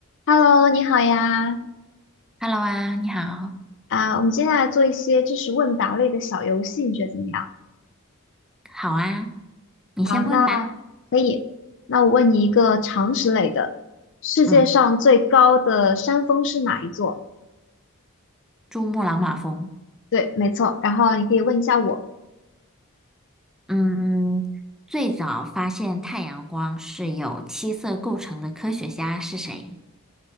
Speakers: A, on the left; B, in the centre.
A: Hello，你好呀！
B: Hello 啊，你好，
A: 啊，我们接下来做一些知识问答类的小游戏，你觉得怎么样？
B: 好啊，你先问吧。
A: 好，那可以。那我问你一个常识类的：世界上最高的山峰是哪一座？
B: 嗯，珠穆朗玛峰，
A: 对，没错。然后你可以问一下我，
B: 嗯，最早发现太阳光是由七色构成的科学家是谁？